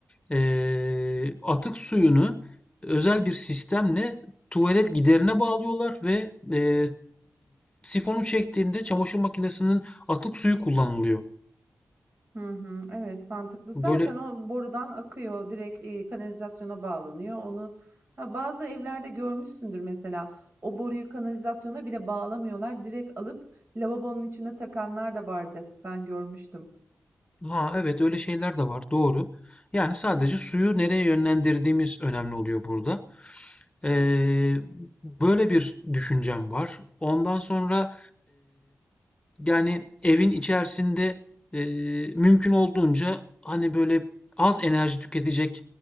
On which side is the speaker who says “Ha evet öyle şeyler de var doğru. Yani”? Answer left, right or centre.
Left